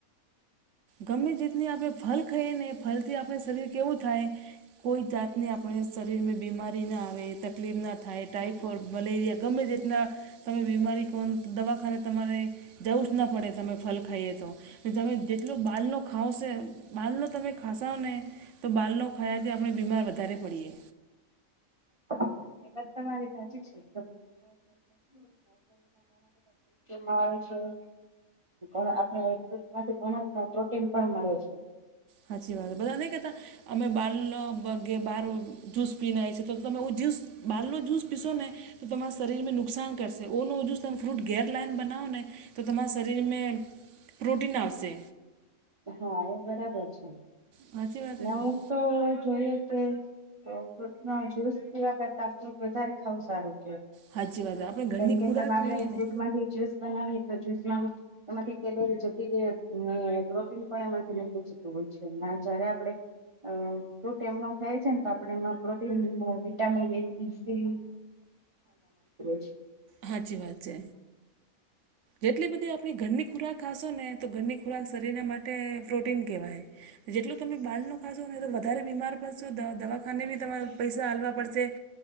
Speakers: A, on the right; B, on the right.
A: ગમે તેતની આપણે ફલ ખઈએ ને ફલથી આપણે શરીર કેવું થાય કોઈ જાત રતની આપણે શરીરમેં બીમારી ના આવે, તકલીફ ના થાય, ટાઇફોડ, મલેરિયા ગમે રીતના તમે બીમારી કોણ દવાખાને તમારે જવું જ ના પડે તમે ફલ ખાઈએ તો તમે ટલું બાલનો ખાવશે બાલનો તમે ખાસાને તો બાલનો ખાયાથી આપણે બીમાર વધારે પડીએ.
B: <unintelligible> <unintelligible> ઘણા બધા દેશી મળે છ આપણે ફૂટ માંથી ઘણા પ્રોટીન પણ મળે છે
A: સાચી વાત બધા નઈ કેતા અમે બાળનો બહાર જ્યૂુસ પીનેએ છીએ તો તમે એ જ્યુસ બાળનો જ્યૂસ પીશો ને તો તમારા શરીરને નુકસાન કરશે ઓ ન ઓજું તમે ફ્રૂટ ઘેર લાઈન બનાવો ને તો તમારા શરીરમાં પ્રોટીન આવશે
B: હા એ બરાબર છે
A: સાચી વાત છે
B: નવ
A: ને
B: તો જોઈએ કે ફૂટ ન જ્યુસ પીવા કરતા ફ્રૂટ વધારે ખાવું સારું
A: સાચી વાત આપણે ઘરની
B: કેમકે
A: ખોરાક
B: તમે આપણે
A: ખાઈએ
B: ફ્રૂટ
A: ને
B: માંથી બનાવીએ તો જ્યુસ નાવ એમાંથી કેલરી જતી રહે ને પણ એમાંથી નીકળી જતું હોય છે અને જયારે આપડે અ ફ્રૂટ એમનું ખાય છે ને તો આપણે એમાં પ્રોટીન વિટામિન એડીસી <unintelligible>
A: હાચી વાત છે જેટલી બધી આપણી ઘરની ખોરાક ખાશો ને તો ઘરની ખોરાક શરીરના માટે પ્રોટીન કહેવાય જેટલું તમે બહારનું ખાશો ને વધારે બીમાર પડશો દવાખાને બી તમારે પૈસા હાલવા પડશે